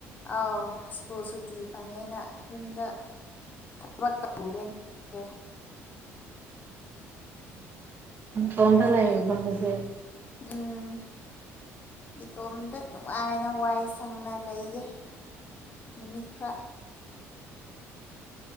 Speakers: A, on the left; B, on the right.
A: ꯑꯥꯎ ꯁ꯭ꯀꯨꯜ ꯁꯨꯇꯤ ꯐꯪꯉꯦꯅ ꯌꯨꯝꯗ ꯊꯕꯛ ꯇꯧꯒꯦ꯭ꯟ ꯔꯦ__
B: ꯅꯇꯣꯝꯗ
A: ꯅꯪ
B: ꯂꯩꯕ ꯍꯧꯖꯤꯛ꯫
A: ꯎꯝ꯫ ꯏꯇꯣꯝꯗ ꯅꯨꯡꯉꯥꯏꯅ ꯋꯥꯏ ꯁꯪꯅ ꯂꯩꯒ‌ꯦ꯫ ꯅꯨꯃꯤꯠ ꯈꯔ꯫